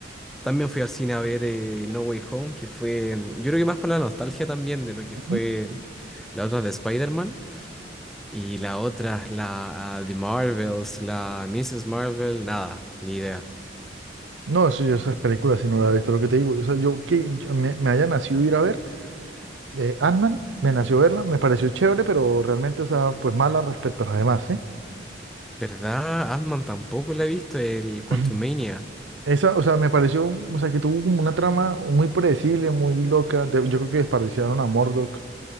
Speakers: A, in the centre; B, on the right.
A: También fui al cine a ver eh, No Way Home, que fue, mm, yo creo que más por la nostalgia también de lo que
B: Ujú.
A: fue la otra de Spider-Man y la otra, la ah, de Marvels, la Mrs. Marvel, nada, ni idea.
B: No, eso yo esas películas si no las he visto, lo que te digo. O sea, yo que yo- me, me haya nacido ir a ver. eh, Ant-Man, me nació verla, me pareció chévere, pero realmente, o sea, pues mala respecto a las demás, ¿sí?
A: ¿Verdad? Ant-Man tampoco la he visto, el Quantumania,
B: <clears throat> Esa, o sea, me pareció, o sea, que tuvo como una trama muy predecible, muy loca. de- yo creo que desperdiciaron a Murdoch